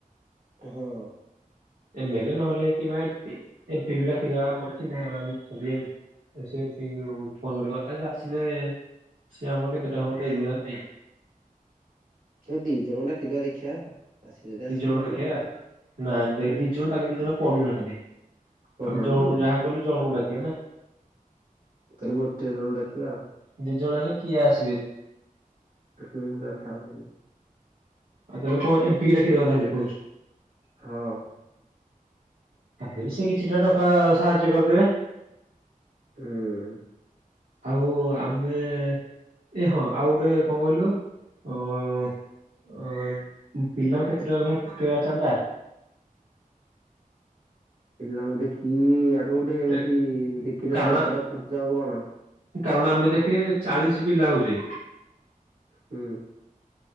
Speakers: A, on the right; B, on the right.
A: ହଁ।
B: ଏମ ଏଲ ଏ ନହେଲେ କିମ୍ବା ଏମ ପି ଏମ ପି ବି ଡାକିଦବା ଆମର ଚିହ୍ନା ଜଣା ବି ଅଛନ୍ତି ଏମ୍ ଏ ସେ ଏତିକି ବେଳୁକୁ ଫୋନ କରି କ ଆରେ ସିଏ ଆସିଲେ ସିଏ ଆମର କେତେ ଟା ହବ ଡେରିହେଲା ନା ନାଇଁ।
A: ତ ଦି ଜଣକୁ ଡ଼ାକିଦବା ଦେଖିଆ। ଆସିବେ ଯଦି ଆସିବେ
B: ଦି ଜଣଙ୍କୁ
A: ଭଲ
B: ଡାକିବା
A: ଆଉ।
B: ନା ଦେଖ
A: ହୁଁ।
B: ଦି ଜଣ ତାଙ୍କ ଦି ଜଣ ପଡୁନାହାନ୍ତି
A: ପଢୁନାହାନ୍ତି
B: ଆମେ ଜଣୁ ଯାହାକୁ ହେଲେ ଜଣୁକୁ ଡାକିବା ନା।
A: ତାହେଲେ ଗୋଟେ ଦଳକୁ ଡ଼ାକିବା ଆଉ।
B: ଦି ଜଣ ହେଲେ କିଏ ଆସିବେନି।
A: ହୁଁ ତାହାଲେ ଥାଉ ସେମତି।
B: ଆଉ ତାହଲେ କଣ ଏମ୍ ପି କି ଡାକିଦବା ତାହାଲେ କହୁଚୁ।
A: ହଁ।
B: ଡ଼ାକିଦେଲି ସେ କିଛିଟା ଟଙ୍କା ଆ ଆ ସାହାଯ୍ୟ କରିଦେବେ।
A: ହୁଁ।
B: ଆଉ ଆମେ ଏ ହଁ ଆଉ ଗୋଟେ କଣ କହିଲୁ ଅଁ ଅଁ ଅଁ ପିଲାଙ୍କୁ କେତେ ଟଙ୍କା ଲାଖେ ପକେଇବା ଚାନ୍ଦା?
A: ପିଲାଙ୍କୁ ଦେଖିକି ଇ ଇ ଆଗ ଗୋଟେ ଏମତି
B: ଦେ-
A: ଇ ଇ ଦେଖିଦେବା
B: କାରଣ
A: କେତେ ଟ ଖର୍ଚ୍ଚ ହବ କଣ।
B: କାରଣ ଆମେ ଦେଖେ ଚାଳିଶ ପିଲା ହଉଚେ।
A: ହୁଁ।